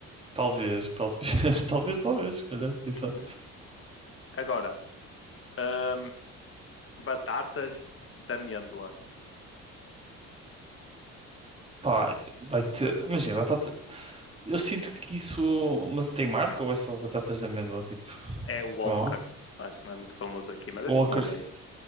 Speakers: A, on the right; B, on the left.
A: Talvez, talvez, <laughs> talvez, talvez, se calhar, quem sabe.
B: Uhum. Agora, hum, batatas de amêndoa.
A: Pá, vai ter. Imagina, batata. Eu sinto que isso. Mas tem marca ou é só batatas de amêndoa? Tipo,
B: É Walkers,
A: isso tem uma marca?
B: acho que não é muito famoso aqui, mas
A: Walkers.
B: é tipo uma Lay's.